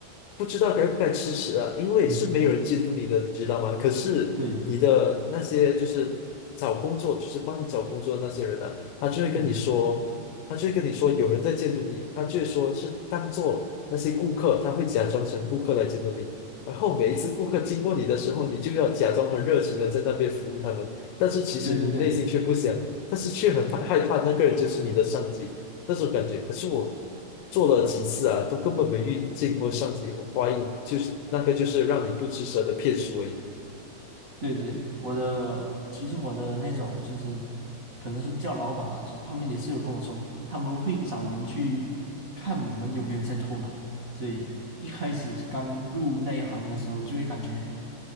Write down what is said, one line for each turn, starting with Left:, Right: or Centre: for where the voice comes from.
Left: 不知道该不该吃蛇啊，因为是没有人监督你的，
Right: <laughs> 嗯
Left: 你知道吗？可是你的那些就是找工作，
Right: 对，
Left: 就是帮你找工作的那些人啊，他就会跟你说，
Right: 嗯，
Left: 他就会跟你说有人在监督你，他就会说是当做那些顾客，他会假装成顾客来监督你。然后每一次顾客经过你的时候，你就要假装很热情的在那边服务他们，但是其实你内心却不想，
Right: 对对对。
Left: 但是却很怕害怕那个人就是你的上级那种感觉。可是我做了几次啊，都根本没遇见过上级，我怀疑就是那个就是让你不吱声的骗术而已。
Right: 对对，我的其实我的那种就是可能是叫老板吧，就是他们也是有跟我说，他们会找人去看我们有没有在偷懒，所以一开始刚入那一行的时候，就会感觉